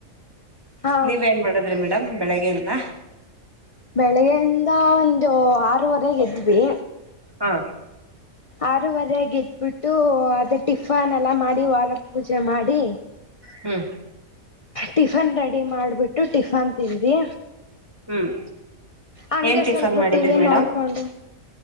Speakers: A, on the left; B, on the right.
A: ಹಾ
B: ನೀವೇನ್ ಮಾಡದ್ರಿ ಮೇಡಮ್ ಬೆಳಿಗ್ಗೆಯಿಂದ.
A: ಬೆಳಿಗ್ಗೆಯಿಂದ ಒಂದು ಆರು ವರೆಗೆ ಎದ್ದಿವಿ.
B: ಹಾ.
A: ಆರೂವರೆಗ ಎದ್ಬಿಟ್ಟು ಅದೇ ಟಿಫನ್ ಎಲ್ಲ ಮಾಡಿ ವಾರ ಪೂಜೆ ಮಾಡಿ.
B: ಹ್ಮ್.
A: ಟಿಫನ್ ರೆಡಿ ಮಾಡ್ಬಿಟ್ಟು ಟಿಫನ್ ತಿಂದಿ.
B: ಹ್ಮ್
A: ಹಂಗೆ
B: ಏನ್ ಟಿಫನ್
A: ಸ್ವಲ್ಪ
B: ಮಾಡಿದ್ರಿ
A: ಟಿವಿ
B: ಮೇಡಮ್
A: ನೋಡ್ಕೊಂಡು